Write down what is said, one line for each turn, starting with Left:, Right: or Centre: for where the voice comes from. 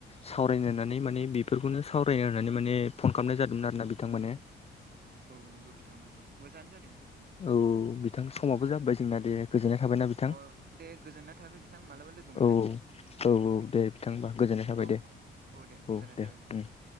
Left: सावरायनो होननानै माने बेफोरखौनो सावराया होननानै माने फन खालामनाय जादोंमोन आरोना बिथांमोने।
Right: औ नंगौ बिथां नंगौ मोजाङानो जादों बिथां।
Left: औ बिथां समाबो जाबाय जोंना दे गोजोननाय थाबायना बिथां।
Right: अ दे गोजोननाय थाबाय बिथां मालाबा लोगो मोनलायनोसै।
Left: औ औ औ दे बिथां हमबा गोजोननाय
Right: औ
Left: थाबाय
Right: औ
Left: दे
Right: दे गोजोननाय
Left: औ दे
Right: थाबाय बिथां
Left: उम